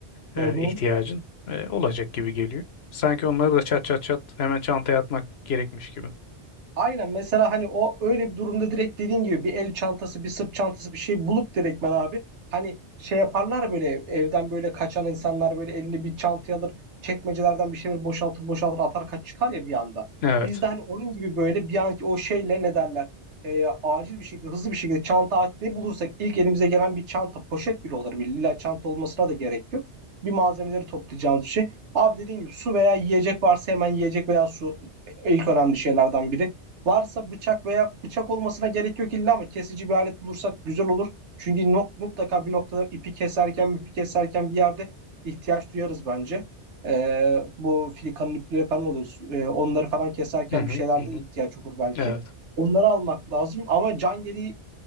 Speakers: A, on the right; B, on the left.
A: Hı
B: e,
A: hı.
B: ihtiyacın e, olacak gibi geliyor. Sanki onları da çat çat çat hemen çantaya atmak gerekmiş gibi.
A: Aynen mesela hani o öyle bir durumda direkt dediğin gibi bir el çantası bir sırt çantası bir şey bulup direktmen abi hani şey yaparlar ya, böyle ev- evden böyle kaçan insanlar böyle elinde bir çantayı alır çekmecelerden bir şeyler boşaltır boşaltır atar kaç çıkar ya bir anda.
B: Evet.
A: Biz de hani onun gibi böyle bir anki o şeyle ne derler e, acil bir şekilde hızlı bir şekilde çanta atlayıp bulursak ilk elimize gelen bir çanta poşet bile olur bile illa çanta olmasına da gerek yok. Bir malzemeleri toplayacağımız bir şey. Abi dediğin gibi su veya yiyecek varsa hemen yiyecek veya su ilk önemli şeylerden biri. Varsa bıçak veya bıçak olmasına gerek yok illa ama kesici bir alet bulursak güzel olur. Çünkü nok- mutlaka bir noktada ipi keserken, ipi keserken bir yerde ihtiyaç duyarız bence. Ee, bu filikanın ipleri falan oluyor. Ee, onları falan keserken
B: Hı hı
A: bir şeylerde
B: hı. hı.
A: ihtiyaç olur belki.
B: Evet.
A: Onları almak lazım ama can yeleği